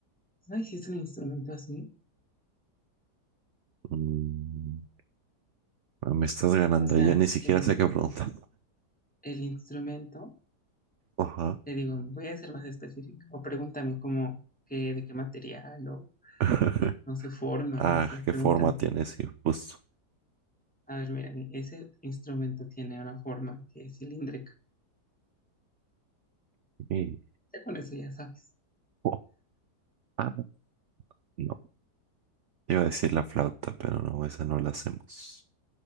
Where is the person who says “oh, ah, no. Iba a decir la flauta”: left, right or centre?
Right